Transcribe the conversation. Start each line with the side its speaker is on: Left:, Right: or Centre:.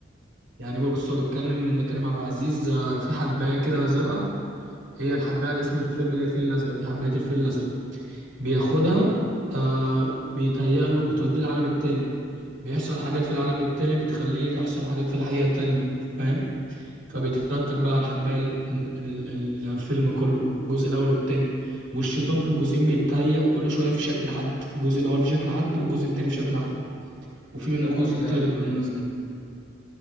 Right: يعني بص هو بيتكلم ان كريم عبد العزيز آه، في حباية كده زرقاء هي الحباية اللي اسم الفيلم اللي هي الفيل الازرق دي حباية الفيل الازرق بياخدها آه بيتهيأ له بتوديه العالم التاني بيحصل حاجات في العالم التاني بتخليه تحصل حاجات في الحقيقة التانية فاهم فبيترتب بقى على الحباية ال- ال- الفيلم كله الجزء الأول والتاني والشيطان في الجزئين بيتهيأ كل شوية في شكل حد في الجزء الأول في شكل حد والجزء التاني في شكل حد وفي
Left: بس
Right: منه
Left: ده رعب
Right: جزء
Left: ده
Right: تالت
Left: ولا
Right: بالمناسبة
Left: ايه